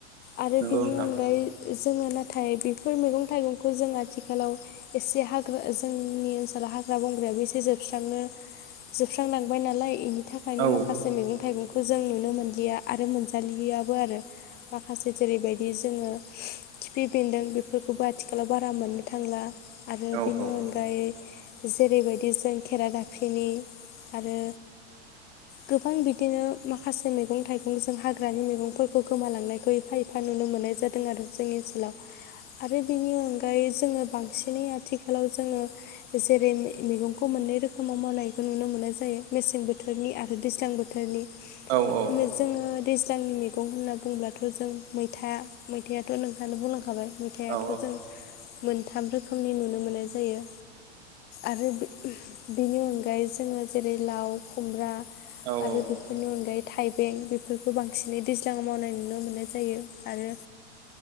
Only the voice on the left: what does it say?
आरो
बेनि
अनगायै जोङो नाथाय बेफोर मैगं थाइगंखौ जों आथिखालाव एसे हाग्रा जोंनि ओनसोलाव हाग्रा बंग्रायाबो एसे जोबस्रांनो जोबस्रांलांबाय नालाय बेनि थाखायनो
माखासे ज मैगं थाइगंखौ जों नुनो मोनलिया आरो मोनजालियाबो आरो। माखासे जेरैबायदि जोङो खिफि बेन्दों बेफोर फोरफोरखौबो आथिखालाव बारा मोननो थांला आरो
बेनि
अनगा ओमफ्राय जेरैबायदि जों केेरादाफिनि आरो
गोबां बिदिनो माखासे मैगं थाइगंजों हाग्रानि मैगंफोरखौ गोमालांनायखौ एफा एफा नुनो मोननाय जादों आरो जोंनि ओनसोलाव। आरो बेनि अनगायै जोङो बांसिनै आथिखालाव जोङो जेरै मैगंखौ मोननै रोखोमाव मावनायखौ नुनो मोननाय जायो मेसें बोथोरनि आरो दैज्लां बोथोर दानि
जोङो दैज्लांनि मैगं होनना बुङोब्लाथ' जों मैथा मैथायाथ' नोंथाङानो बुंलांखाबाय। मेथायाइआथ'
जों मोनथाम रोखोमनि नुनो मोननाय जायो। आरो बेनि अनगायै जोङो जेरै लाव खुमब्रा
आरो बेफोरनि अनगायै थाइबें बेफोरखौ बांसिनै दैज्लाङाव मावनाय नुनो मोननाय जायो आरो